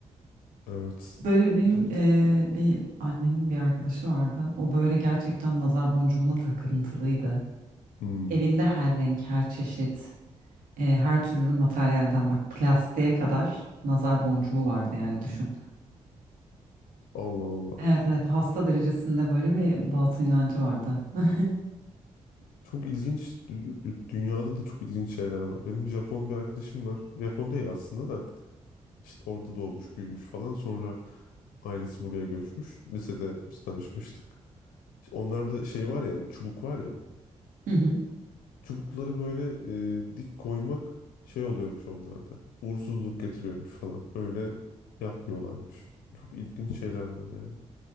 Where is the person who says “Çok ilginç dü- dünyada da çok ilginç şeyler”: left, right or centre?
Left